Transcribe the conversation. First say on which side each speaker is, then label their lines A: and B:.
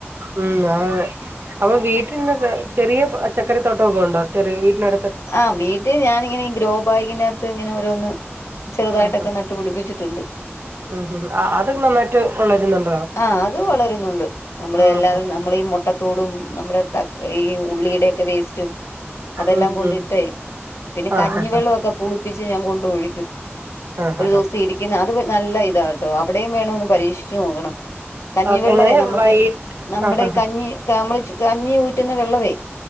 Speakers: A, on the right; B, on the left.
A: ഉം അപ്പൊ വീട്ടന്നൊക്കെ ചെറിയ ചച്ചക്കറി തോട്ടമൊക്കെ ഉണ്ടോ ചെറ വീട്ടിനത്ത്
B: ആ വീട്ട ഞാനിങ്ങനെ ഗ്രോ ബാകിന്റെകത്ത് ഇങ്ങനെ ഓരോന്ന് ചെറുതായിട്ടൊക്കെ
A: ആ
B: നട്ടു പിടിപ്പിച്ചിട്ടുണ്ട്
A: ഉം അത് നന്നായിട്ട് വളരുന്നുണ്ട്
B: ആ അത് വളരുന്നുണ്ട് നമ്മള്
A: ആഹ്
B: എല്ലാതും നമ്മളീഈ മുട്ട ത്തോടും നമ്മുടെ ത ഈ ഉള്ളിയുടെൊക്കെ വേസ്റ്റ് അതെല്ലാം
A: ഉം
B: കൊണ്ടിട്ടേ
A: ഉം
B: പിന്നെ
A: ആഹ്
B: കഞ്ഞിവെള്ളൊക്കെ ച്ച് ഞാൻ കൊണ്ടഴിക്കും
A: ആഹ്
B: ഒരു
A: ആഹ് ആഹ്
B: ദിവസം ഇരിക്കുന്ന അത് നല്ല ഇതാ കേട്ടോ അവിടെേയും വേണോന്ന് പരീക്ഷിച്ചോ കഞ്ഞിവെള്ളമേ
A: ആഹ് എങ്ങനെ
B: നമുക്ക്
A: വൈറ്റ്
B: നമ്മുടെ
A: ആഹ് ആഹ്
B: കഞ്ഞി മ കഞ്ഞി ഊറ്റുന്ന വെള്ളമേ